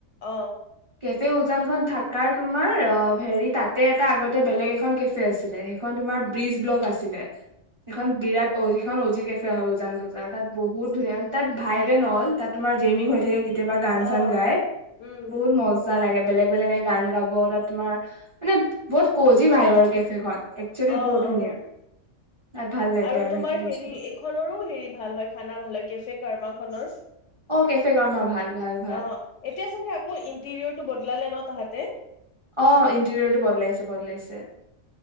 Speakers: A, on the left; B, on the right.
A: অহ।
B: কেফে উওজান। খন থাকাৰ তোমাৰ অ হেৰি তাতে এটা আগতে বেলেগ এখন কেফে আছিলে। সেইখন তোমাৰ ব্ৰিজ ব্লক আছিলে। এখন বিৰাট সখন অজি কেফে হয় উজান বজাৰ তাত বহুত ধুনীয়া তাত ভাইভ এন অল তাত তোমাৰ জেমিং হৈ থাকে। কেতিয়াবা গান
A: অ
B: চান গাই
A: উম
B: বহুত মজা লাগে। বেলেগ গান গাব তাত তোমাৰ মানে বহুত কজি ভাই বাৰু কেফে খন। একচেলি
A: অ
B: বহুত ধুনীয়া।
A: অ
B: তাত ভাল লাগে
A: আৰু তোমাৰ
B: সেইটো বস্তু
A: হেৰি এইখনৰো হেৰি ভাল হয় খানা ভাল হয় কেফে কৰ্মাক। ফলৰ।
B: অ কেফে কৰ্মা ভাল ভাল ভাল
A: অ এতিয়া চাগে আকৌ ইণ্টেৰিয়ৰটো বদলালে ন। পাহতে
B: অ ইণ্টেৰিয়ৰটো বদলাইছে বদলাইছে